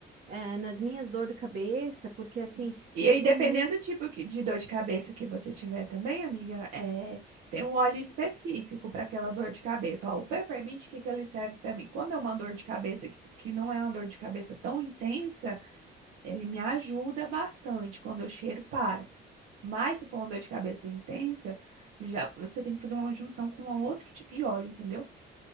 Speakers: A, on the right (about 55°); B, on the right (about 90°).
A: é, nas minhas dores de cabeça, porque assim,
B: sim. E
A: eu
B: aí,
A: tenho
B: dependendo
A: muito...
B: do tipo que- de dor de cabeça que você tiver também, amiga, é, tem um óleo específico para aquela dor de cabeça. Ó, o peppermint, o que que ele serve para mim? Quando é uma dor de cabeça que que não é uma dor de cabeça tão intensa, ele me ajuda bastante quando eu cheiro para. Mas se for uma dor de cabeça intensa, já você tem que fazer uma junção com um outro tipo de óleo, entendeu?